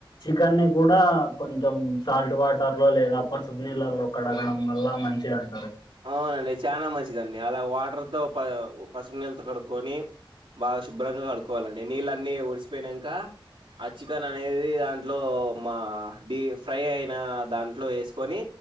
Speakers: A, on the left; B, on the right.
A: కన్నీ కూడా కొంచెం సాల్ట్ వాటర్ లో లేదా, పసుపు నీళ్ళలో కడగడం వల్ల మంచిదన్
B: అవునండి చానా మంచిదండి అలాగ వాటర్తో పసుపు నీళ్ళతో కడుక్కొని బాగా శుభ్రంగా కడుకోవాలండి నీళ్ళన్నీ ఓడిసిపోయిన్నాంక ఆ చికెన్ అనేది దాంట్లో మా ఢీ ఫ్రై అయిన, దాంట్లో వేసుకొని